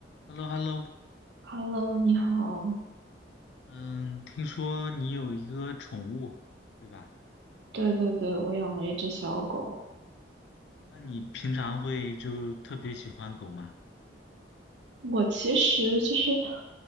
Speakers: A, on the left; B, on the right.
A: h e l l o h e l l o
B: Hello，你好。
A: 嗯，听说你有一个宠物，对吧？
B: 对对对，我养了一只小狗。
A: 那你平常会就特别喜欢狗吗？
B: 我其实就是